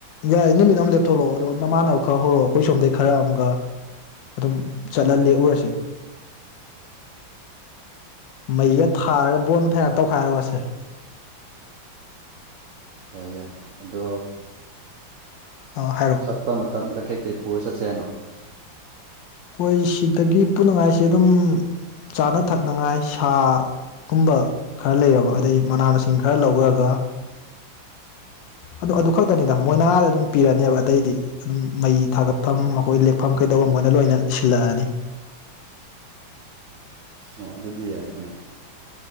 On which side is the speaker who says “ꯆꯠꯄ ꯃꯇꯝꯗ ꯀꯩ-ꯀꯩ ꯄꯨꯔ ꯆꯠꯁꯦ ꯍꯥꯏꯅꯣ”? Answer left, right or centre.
Right